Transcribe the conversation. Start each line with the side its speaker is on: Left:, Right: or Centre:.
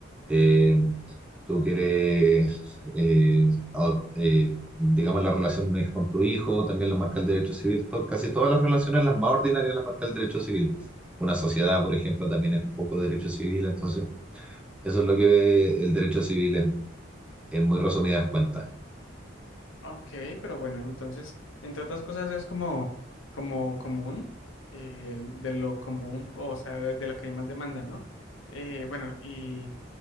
Centre: Eh, tú quieres, eh, adop- eh, digamos, las relaciones con tu hijo, también las marca el derecho civil. To- Casi todas las relaciones, las más ordinarias, las marca el derecho civil. Una sociedad, por ejemplo, también es un poco derecho civil, entonces... Eso es lo que ve el derecho civil en, en muy resumidas cuentas.
Left: Ok, pero bueno, entonces, entre otras cosas es como, como común, eh, de lo común, o sea, de, de lo que hay más demanda, ¿no? Eh, bueno, y,